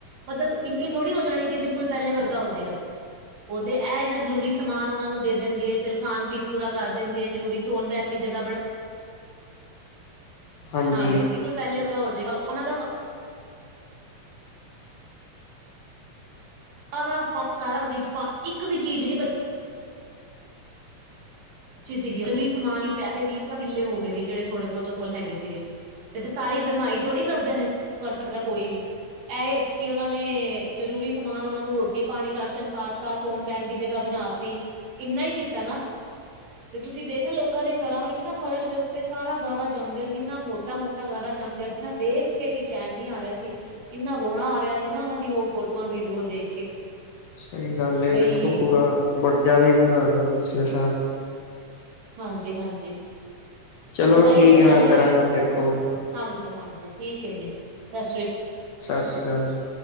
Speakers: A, on the right; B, on the left.
A: ਮਦਦ ਇੰਨੀ ਥੋੜ੍ਹੀ ਹੋ ਜਾਨੀ ਏ ਕਿ ਬਿਲਕੁਲ ਪੈਲੇ ਵਰਗਾ ਹੋ ਜੇਗਾ। ਉਹ 'ਤੇ ਐਹ ਏ ਨਾ, ਜ਼ਰੂਰੀ ਸਮਾਨ ਉਨਾਂ ਨੂੰ ਦੇ ਦੇਨਗੇ, ਚੱਲ ਖਾਨ-ਪੀਨ ਪੂਰਾ ਕਰ ਦੇਨਗੇ, ਜ਼ਰੂਰੀ ਸੋਨ- ਬੈਨ ਦੀ ਜਗ੍ਹਾ ਬਨਾ
B: ਹਾਂਜੀ
A: ਨਾ ਦੇਨਗੇ, ਪੈਲੇ ਵਰਗਾ ਹੋ ਜੇਗਾ ਓਨਾਂ ਦਾ ਸਾਰਾ ਪਾ, ਸਾਰਾ ਓਦੇ 'ਚ ਪਾ, ਇੱਕ ਵੀ ਚੀਜ਼ ਨੀ ਬਚੀ। ਚੀ ਸੀਗੀ ਪੂਰੀ, ਸਮਾਨ ਈ ਪੈਸੇ ਵੀ ਸਬ ਕਿੱਲੇ ਹੋ ਗਏ ਸੀ, ਜੇੜੇ- ਥੋੜੇ ਬੋਤ ਓਦੇ ਕੋਲ ਹੈਗੇ ਸੀਗੇ। 'ਤੇ ਸਾਰੀ ਭਰਮਾਈ ਥੋੜ੍ਹੀ ਕਰਦੇ ਨੇ, ਕਰ ਸਕਦਾ ਕੋਈ ਵੀ। ਐਹ ਏ, ਕਿ ਉਨਾਂ ਨੇ, ਜਰੂਰੀ ਸਮਾਨ ਉਨਾਂ ਨੂੰ ਰੋਟੀ -ਪਾਨੀ, ਰਾਸ਼ਨ ਪਾਤਾ, ਸੋਨ- ਬੈਨ ਦੀ ਜਗ੍ਹਾ ਬਨਾਤੀ, ਇੰਨਾ ਈ ਕੀਤਾ ਨਾ। 'ਤੇ ਤੁਸੀਂ ਦੇਖਿਐ, ਲੋਕਾਂ ਦੇ ਘਰਾਂ ਵਿੱਚ ਨਾ ਫਰਸ਼ ਦੇ ਉੱਤੇ ਸਾਰਾ ਗਾਰਾ ਜੰਮ ਗਿਆ ਸੀ, ਇੰਨਾ ਮੋਟਾ-ਮੋਟਾ। ਇੰਨਾ ਗਾਰਾ ਜੰਮ ਗਿਆ ਸੀ ਨਾ, ਦੇਖ ਕੇ ਵੀ ਚੈਨ ਨੀ ਆ ਰੇਆ ਸੀ। ਇੰਨਾ ਰੋਣਾ ਆ ਰੇਆ ਸੀ ਨਾ, ਉਨਾਂ ਦੀ ਉਹ ਫੋਟੋਆਂ ਵੀਡੀਓ ਦੇਖ ਕੇ।
B: ਸਹੀ ਗੱਲ ਏ
A: ਬਈ
B: ਦੇਖੋ ਬੁਰਾ, ਬਟ ਜਾਦਾ ਈ ਬੁਰਾ ਹੋ ਗਿਆ ਪਿਛਲੇ ਸਾਲ।
A: ਹਾਂਜੀ-ਹਾਂਜੀ।
B: ਚਲੋ
A: ਬਸ, ਐਈ
B: ਠੀਕ
A: ਤੇ
B: ਹੈ
A: ਗੱਲ
B: ਮੈਂ
A: ਏ।
B: ਕਰਾਂਗਾ ਫਿਰ ਕੋਲ
A: ਹਾਂਜੀ-ਹਾਂਜੀ, ਠੀਕ ਏ ਜੀ। ਸਸ਼੍ਰੀ।
B: ਸਸ੍ਰੀ ਕਾਲ ਜੀ।